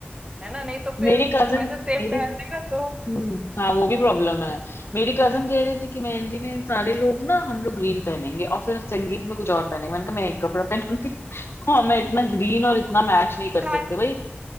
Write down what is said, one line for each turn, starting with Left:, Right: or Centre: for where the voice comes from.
Right: है ना? नहीं तो फिर
Left: मेरी कजन
Right: वैसे सेम
Left: मेरी
Right: पहन लेगा तो
Left: हम्म
Right: हम्म
Left: हाँ वो भी प्रॉब्लम है मेरी कजन कह रही थी कि मेहंदी में सारे लोग ना हम लोग ग्रीन पहनेंगे और फिर संगीत में कुछ और पहनेंगे मैंने कहा मैं एक कपड़ा पहनूंगी <laughs> हाँ मैं इतना ग्रीन
Right: तो
Left: और
Right: हाँ,
Left: इतना मैच नहीं कर
Right: टाइम
Left: सकते भाई